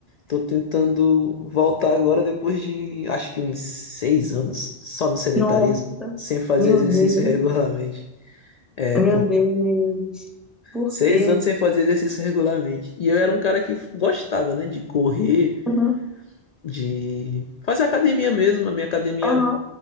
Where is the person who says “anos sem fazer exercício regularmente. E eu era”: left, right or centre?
Left